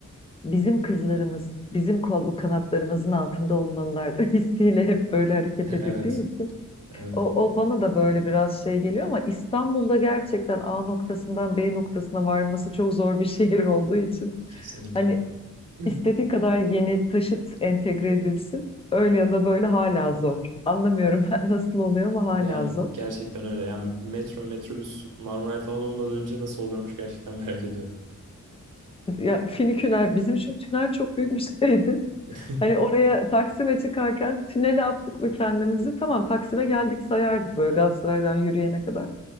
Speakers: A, on the left; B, on the right.
A: bizim kızlarımız, bizim kol kanatlarımızın altında olmalılar <laughs> hissiyle hep böyle hareket
B: Evet,
A: edildiği için.
B: evet.
A: O, o bana da böyle biraz şey geliyor ama İstanbul'da gerçekten A noktasından B noktasına varması çok zor bir <laughs> şehir olduğu için.
B: Kesinlikle.
A: Hani
B: <laughs>
A: İstediği kadar yeni taşıt entegre edilsin. Öyle ya da böyle hala zor. Anlamıyorum <laughs> ben nasıl oluyor ama hala
B: Yani
A: zor.
B: gerçekten öyle. Yani metro, metrobüs, Marmaray falan olmadan önce nasıl oluyormuş gerçekten merak ediyorum.
A: Ya finiküler bizim için tünel çok büyük bir şeydi.
B: <laughs>
A: Hani oraya Taksim'e çıkarken tünele attık mı kendimizi tamam Taksim'e geldik sayardık böyle Galatasaray'dan yürüyene kadar.